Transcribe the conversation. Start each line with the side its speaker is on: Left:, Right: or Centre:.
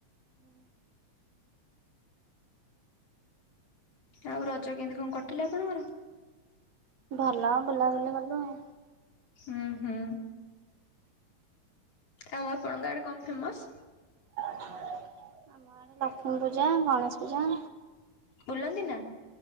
Right: ହୁଁ
Left: ଆଉ ରଜ କେମିତି କଣ କଟିଲା ଆପଣଙ୍କର?
Right: ଭଲ ବୁଲାବୁଲି କଲୁ ଆଉ।
Left: ଉଁ ହୁଁ। ଆଉ ଆପଣଙ୍କ ଆଡ଼େ କଣ ଫେମସ୍?
Right: ଆମ ଆଡେ ଲକ୍ଷ୍ମୀ ପୂଜା ଗଣେଶ ପୂଜା।
Left: ବୁଲନ୍ତି ନା।